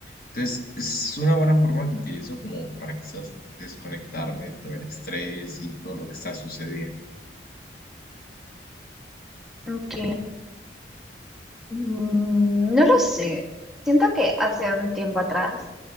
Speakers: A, on the left; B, in the centre.
A: Entonces, es una buena forma que utilizo como para quizás desconectarme de todo el estrés y todo lo que está sucediendo.
B: Ok. Mm, no lo sé. Siento que hace un tiempo atrás